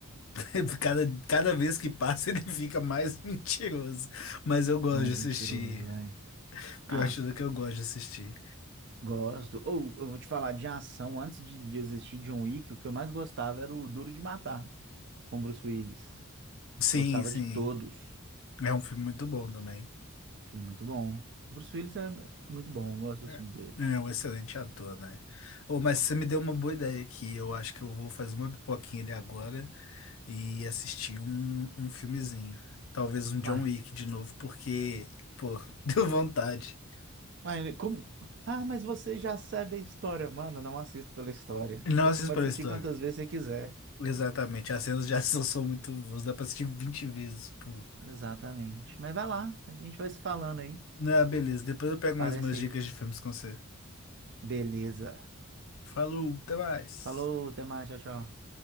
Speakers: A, on the left; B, on the right.
A: <laughs> cada, cada vez que passa <laughs> ele fica mais <laughs> mentiroso. Mas eu gosto
B: Mais
A: de assistir.
B: mentiroso, vai.
A: Pior
B: Ah,
A: de tudo que eu gosto de assistir.
B: Gosto. Ou eu vou te falar de ação. Antes de, de existir John Wick, o que eu mais gostava era o Duro de Matar, com Bruce Willis.
A: Sim,
B: Gostava
A: sim.
B: de todos.
A: É um filme muito bom também.
B: Filme muito bom. Bruce Willis é muito bom, eu gosto do
A: É
B: filme dele.
A: é um excelente ator, né? Oh, mas você me deu uma boa ideia aqui. Eu acho que eu vou fazer uma pipoquinha ali agora. e assistir um, um filmezinho. Talvez um John
B: Uai,
A: Wick de novo, porque, pô, <laughs> deu vontade.
B: uai, como... Ah, mas você já sabe a história. Mano, eu não assisto pela história.
A: Não
B: Então
A: assisto
B: você pode
A: pela
B: assistir
A: história.
B: quantas vezes você quiser.
A: Exatamente, as cenas de ação são muito boas, dá pra assistir 20 vezes, pô.
B: Exatamente. Mas vai lá, a gente vai se falando aí.
A: Não, é, ah, beleza, depois eu pego
B: Parece
A: mais umas
B: aí.
A: dicas de filmes com você.
B: Beleza.
A: Falou, até mais.
B: Falou, até mais, tchau, tchau.